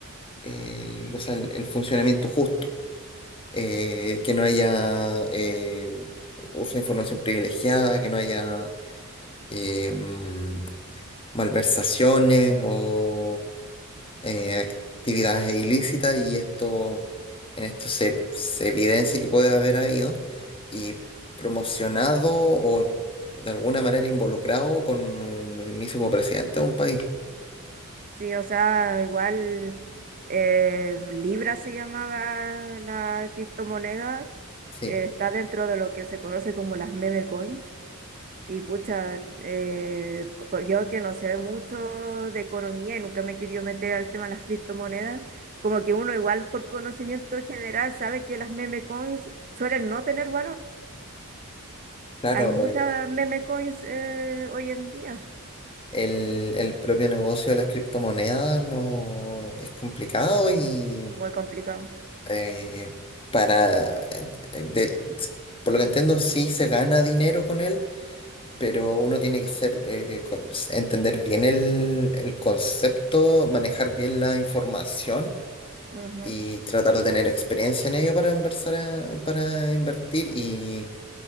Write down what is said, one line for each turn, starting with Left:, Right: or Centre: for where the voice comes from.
Left: el, o sea, el, el funcionamiento justo. eh, que no haya eh, uso de información privilegiada, que no haya eh, mm, malversaciones o eh, actividades ilícitas y esto en esto se, se evidencia que puede haber habido y promocionado o de alguna manera involucrado con un mismísimo presidente de un país.
Right: Sí, o sea, igual eh, Libra se llamaba la criptomoneda,
Left: Sí,
Right: eh, está dentro de lo que se conoce como las meme coins. Y pucha, eh, po- po- yo que no sé mucho de economía y nunca me he querido meter al tema de las criptomonedas, como que uno igual por conocimiento general sabe que las meme coins suelen no tener valor.
Left: claro.
Right: Hay muchas
Left: eh,
Right: meme coins eh, hoy en día.
Left: El, el propio negocio de las criptomonedas no es complicado y
Right: Muy complicado.
Left: eh, para, eh, eh, de- por lo que entiendo, sí se gana dinero con él, pero uno tiene que ser, eh, con- entender bien el, el concepto, manejar bien la información
Right: Ujú,
Left: y tratar de tener experiencia en ello para inversar, a- para invertir. Y